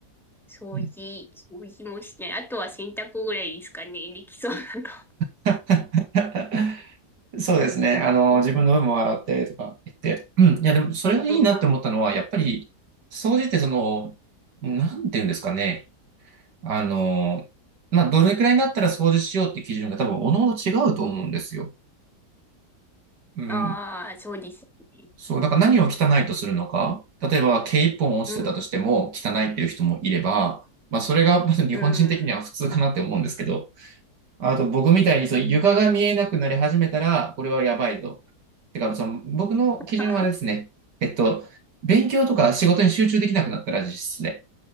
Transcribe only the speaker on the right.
うん
<laughs> そうですね。あの、
自分の分も笑ってとか言って。うん。いや、でも、それがいいなって思ったのは、
やっぱり、総じてその、なんていうんですかね。あの、まあ、どれくらいになったら掃除しようって基準が多分、おのおの違うと思うんですよ。うん。
そう、だから何を汚いとするのか。例えば、毛一本落ちてたとしても汚いっていう人もいれば、
まあ、それがまず日本人的には普通かなって思うんですけど、
あと僕みたいにそう床が見えなくなり始めたら、これはやばいぞ。てか、その僕の基準はあれですね。
えっと、勉強とか仕事に集中できなくなったら実質で、